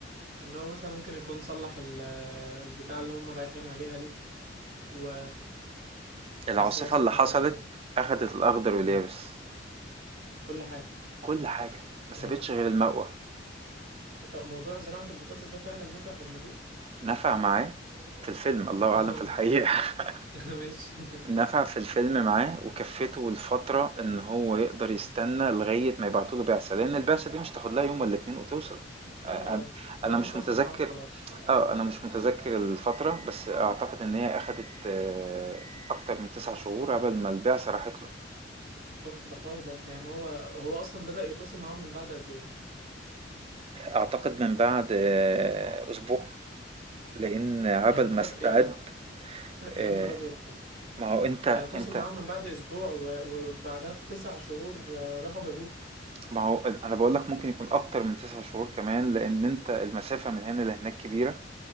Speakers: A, on the right (about 50°); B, on the right (about 30°).
A: ان هو مثلا ممكن يكون صلح ال- البتاع اللي هم رايحين عليها دي و
B: العاصفة
A: بس هو يسوقها
B: اللي حصلت
A: ازاي صحيح
B: أخدت الأخضر واليابس.
A: اه كل حاجه
B: كل حاجة، ما سابتش
A: اه
B: غير المَقوَى،
A: طب موضوع زراعه البطاطس ده فعلا نافع في المريخ
B: نفع معاه في الفيلم، الله
A: اه
B: أعلم في الحقيقة <laughs>
A: <laughs> مش
B: نفع في الفيلم معاه وكفّته لفترة إن هو يقدر يستنى لغاية ما يبعتوا له بعثة، لإن البعثة دي مش هتاخد لها يوم والّا 2 وتوصل، أ
A: اه
B: أنا
A: اه طالما
B: أنا مش
A: تواصل
B: متذكّر
A: معاهم خلاص
B: آه، أنا مش متذكّر الفترة، بس أعتقد إن هي أخدت آه، أكتر من 9 شهور عقبال ما البعثة راحت له،
A: اوف ده حوار ده يعني هو هو اصلا بدأ يتواصل معاهم من بعد قد ايه
B: أعتقد من بعد آه، أسبوع، لإن عقبال
A: يعني
B: ما
A: فض...
B: استعد
A: يعني
B: آآ
A: يا نهار ابيض
B: ما هو أنت
A: يعني تواصل
B: أنت
A: معاهم من بعد اسبوع و- وبعدها بتسع شهور آه، راحوا جابوه
B: ما هو أنا باقول لك ممكن يكون أكتر من 9 شهور كمان، لإن أنت المسافة من هنا لهناك كبيرة،